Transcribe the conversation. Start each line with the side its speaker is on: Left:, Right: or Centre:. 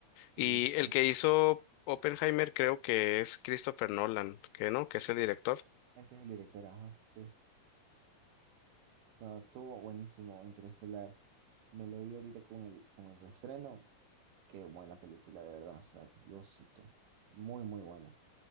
Right: y
Left: Y el que hizo Oppenheimer creo que es Christopher Nolan, que no, que es el director.
Right: ese es el director, ajá, sí. No, estuvo buenísimo Interestelar. Me lo vi ahorita con el, con el reestreno. Qué buena película, de verdad. O sea, Diosito. Muy, muy buena.